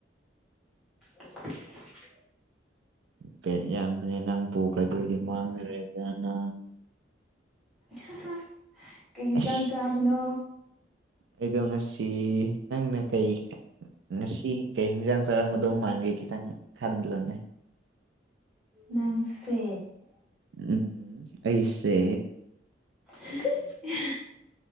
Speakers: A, in the centre; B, on the right.
A: ꯑꯣ <unintelligible>
B: ꯕꯦꯠ ꯌꯥꯝꯕꯅꯦ ꯅꯪ ꯄꯨꯈ꯭ꯔꯗꯣꯏꯗꯤ ꯃꯥꯡꯈ꯭ꯔꯦꯗꯅ
A: ꯍꯥꯍꯥ ꯀꯩ ꯑꯦꯟꯁꯥꯡ
B: ꯑꯁ
A: ꯆꯥꯕꯅꯣ
B: ꯑꯩꯗꯣ ꯉꯁꯤ ꯅꯪꯅ ꯀꯩ ꯉꯁꯤ ꯀꯩ ꯍꯤꯡꯖꯥꯡ ꯆꯥꯔꯝꯒꯗꯧ ꯃꯥꯟꯒꯦ ꯈꯤꯇꯪ ꯈꯟꯂꯣꯅꯦ
A: ꯅꯪꯁꯦ
B: ꯎꯝ ꯑꯩꯁꯦ
A: ꯍꯤꯍꯤ